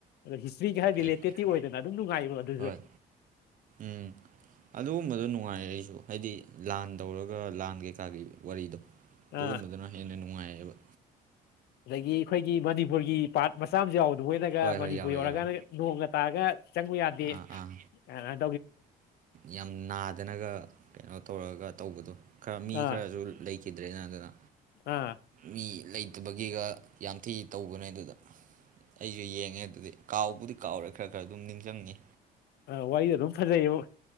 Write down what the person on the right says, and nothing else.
ꯑꯩ-
ꯍꯣꯏ ꯎꯝ ꯑꯗꯨꯒꯨꯝꯕꯗꯣ ꯅꯨꯡꯉꯥꯏ ꯑꯩꯖꯨ ꯎꯝ ꯍꯥꯏꯗꯤ ꯂꯥꯟ ꯇꯧꯔꯒ ꯂꯥꯟ ꯀꯩꯀꯥꯒꯤ ꯋꯥꯔꯤꯗꯣ ꯑꯗꯨꯒꯨꯝꯕꯗꯨꯅ
ꯍꯦꯟꯅ ꯅꯨꯡꯉꯥꯏꯌꯦꯕ
ꯍꯣꯏ
ꯍꯣꯏ ꯌꯥꯎꯋꯦ
ꯌꯥꯎꯋꯦ
ꯑꯥ ꯑꯥ
ꯌꯥꯝ ꯅꯥꯗꯅꯒ ꯀꯩꯅꯣ ꯇꯧꯔꯒ ꯇꯧꯕꯗꯣ ꯈꯔ ꯃꯤ
ꯈꯔꯁꯨ ꯂꯩꯈꯤꯗ꯭ꯔꯦꯅ ꯑꯗꯨꯅ
ꯃꯤ ꯂꯩꯇꯕꯒꯤꯒ ꯌꯥꯝ ꯊꯤ ꯇꯧꯕꯅꯦ ꯑꯗꯨꯗ ꯑꯩꯖꯨ ꯌꯦꯡꯉꯦ ꯑꯗꯨꯗꯤ ꯀꯥꯎꯕꯨꯗꯤ ꯀꯥꯎꯔꯦ ꯈꯔ ꯈꯔ ꯑꯗꯨꯝ ꯅꯤꯡꯖꯪꯉꯤ